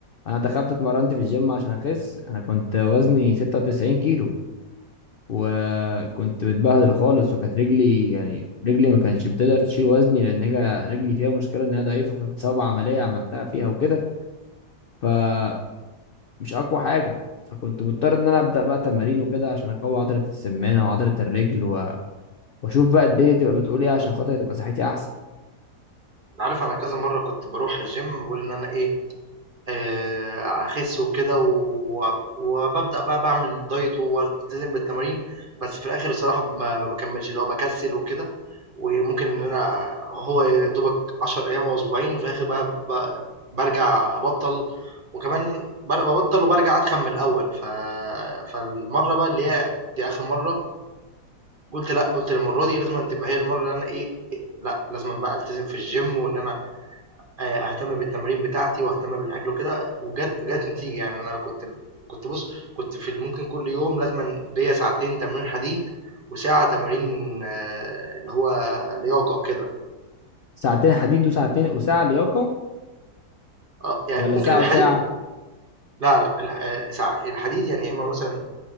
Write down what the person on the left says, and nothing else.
انا دخلت اتمرنت في الجيم عشان اخس انا كنت وزني 96 كيلو وكنت بتبهدل خالص وكانت رجلي يعني رجلي ما كانتش بتقدر تشيل وزني لان هي رجلي فيها مشكله ان هي ضعيفه بسبب عمليه عملتها فيها وكده فمش اقوى حاجه فكنت مضطر ان انا ابدا بقى تمارين وكده عشان اقوي عضله السمانه وعضله الرجل و... واشوف بقى الدنيا تبقى بتقول ايه عشان خاطر تبقى صحتي احسن
ساعتين حديد وساعتين وساعه لياقه
ولا
ساعه
وساعه